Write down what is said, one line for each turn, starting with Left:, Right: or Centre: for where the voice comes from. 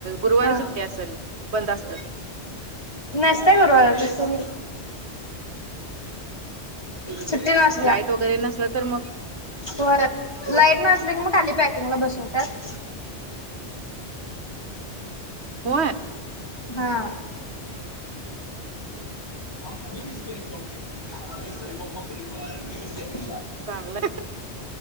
Right: गुरुवारी
Left: हा
Right: सुट्टी असेल बंद आसल‌
Left: नाश्ता करू आज अस मी सुट्टीच असतीया.
Right: लाईट वगैरे नसल तर मग
Left: हो लाईट नसली की मग खाली पॅकिंगला बसवतात.
Right: होय
Left: हा हम अमीर इली क अममीर गरीबो को गरीब बनाए रखणे एकली बा
Right: चांगलं